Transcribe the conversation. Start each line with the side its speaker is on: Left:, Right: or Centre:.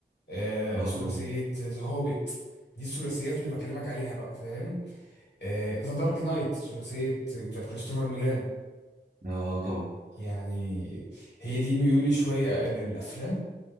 Left: آه
Right: اه
Left: ثلاثية
Right: طبعا
Left: ذا هوبيت دي الثلاثيات اللي بكلمك عليها بقى فاهم ذا دارك نايت ثلاثية بتاعت كريستوفر نولان
Right: اه طبعا
Left: يعني هي دي ميولي شوية للأفلام